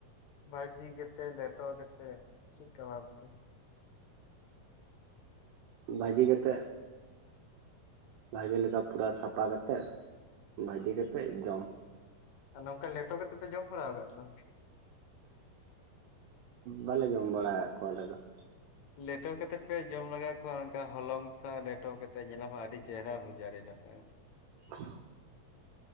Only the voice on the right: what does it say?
ᱵᱷᱟᱹᱡᱤ ᱠᱟᱛᱮᱜ ᱵᱷᱟᱜᱤ ᱞᱮᱠᱟ ᱯᱩᱨᱟᱹ ᱥᱟᱯᱷᱟ ᱠᱟᱛᱮᱜ, ᱵᱷᱟᱹᱡᱤ ᱠᱟᱛᱮᱜ ᱡᱚᱢ ᱾
ᱵᱟᱞᱮ ᱡᱚᱢ ᱵᱟᱲᱟ ᱠᱟᱫ ᱠᱚᱣᱟ ᱟᱞᱮ ᱫᱚ ᱾
<inaudible>